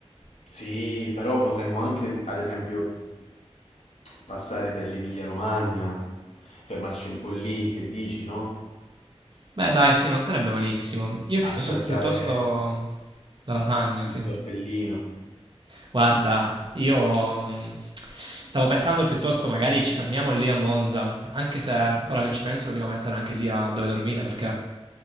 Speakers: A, on the left (about 75°); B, on the right (about 45°).
A: Sì, però potremmo anche, ad esempio, passare per l'Emilia-Romagna, fermarci un po' lì, che dici, no?
B: Beh, dai, sì, non sarebbe malissimo. Io piuttosto,
A: Assaggiare
B: piuttosto la lasagna,
A: il
B: sì.
A: tortellino.
B: Guarda, io mh, stavo pensando piuttosto magari ci fermiamo lì a Monza, anche se ora che ci penso dobbiamo pensare anche lì a dove dormire, perché